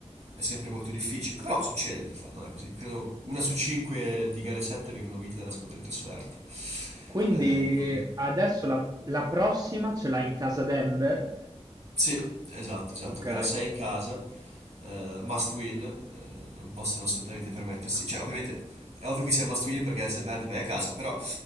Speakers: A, on the right; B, on the right.
A: è sempre molto difficile. Però succede in realtà, non è così. Credo una su cinque di gare 7 vengono vinte dalla squadra in trasferta.
B: Quindi
A: Eh, quindi,
B: adesso la, la prossima ce l'ha in casa Denver.
A: sì, esatto, esatto.
B: Ok,
A: Gara 6 in casa, eh, must win, eh, non possono assolutamente permettersi. Cioè, ovviamente è ovvio che sia must win perché se perdi vai a casa, però